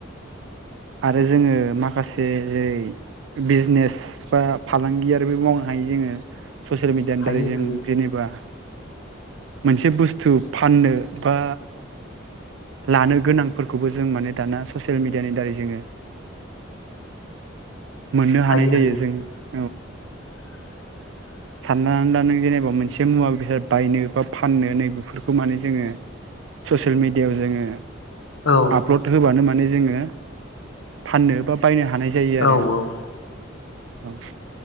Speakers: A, on the right (about 70°); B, on the left (about 75°).
A: आरो जोङो माखासे जेरै बिजिनेस बा फालांगि आरिबो मावनो हायो जोङो। ससियेल मिडियानि
B: हायो
A: दारै जों
B: हायो
A: जेनेबा मोनसे बुस्थु फाननो बा लानो गोनांफोरखौबो जों माने दाना ससियेल मिडियानि दारै जोङो मोननो हानाय
B: हायो
A: जायो
B: हायो
A: जों।
B: <inaudible>
A: सानना ला नों जेनेबा मोनसे मुवा बेसाद बायनो बा फाननो नै बेफोरखौ माने जोङो ससियेल मिडियाआव जोङो
B: औ
A: आपलड होबानो माने जोङो फाननो बा बायनो हा हानाय जायो आरो
B: औ औ
A: औ।